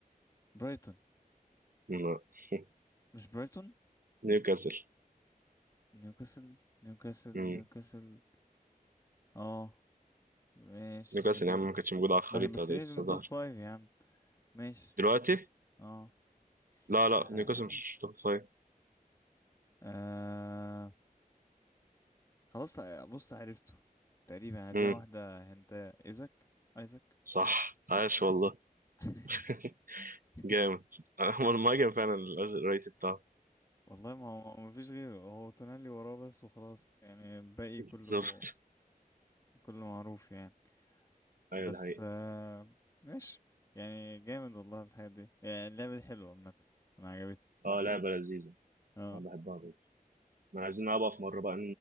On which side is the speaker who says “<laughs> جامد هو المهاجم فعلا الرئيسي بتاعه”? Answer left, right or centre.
Right